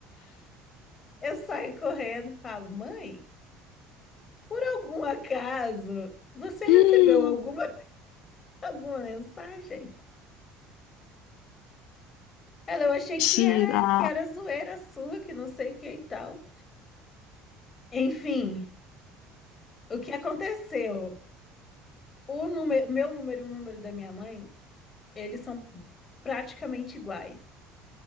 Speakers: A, on the left (about 30°); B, on the left (about 75°).
A: Eu saio correndo, e falo, mãe, por algum acaso, você recebeu
B: <laughs> Hum.
A: alguma, <laughs> alguma mensagem? Ela, eu achei
B: Tira.
A: que era, que era zoeira sua, que não sei o que e tal. Enfim, o que aconteceu? O número, o meu número e o número da minha mãe Eles são praticamente iguais.